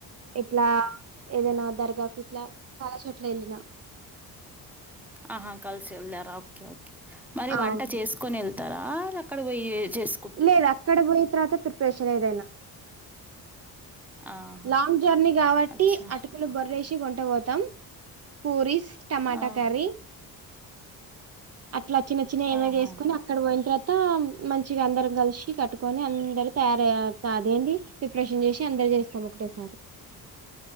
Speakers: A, on the right (about 40°); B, in the centre.
A: ఇట్లా ఏదైనా దర్గాకు ఇట్లా చాలా చోట్ల ఏళ్ళిన
B: ఆహా కలిసి వెళ్ళరా ఒకే ఒకే మరి
A: అవును
B: వంట చేసుకొని వెళ్తారా అక్కడ పోయి చేసు
A: లేదు అక్కడ పోయిన తర్వాత ప్రిపరేషన్ ఏదైనా
B: ఆహా!
A: లాంగ్ జర్నీ కాబట్టి
B: అచ్చా!
A: అటుకులు బొరదేసి కొంట పోతాం పూరిస్ టమాటా
B: ఆహా!
A: కర్రీ అట్లా చ్చిన చ్చిన ఏమ
B: ఆహా!
A: చేసుకోన అక్కడ పోయిన తర్వాత మంచిగా అందరం కలిసి కట్టుకొని అందరు తయారయ్య అదేంది ప్రిపరేషన్ చేసి అందరు చేస్తాం ఒకటేసారి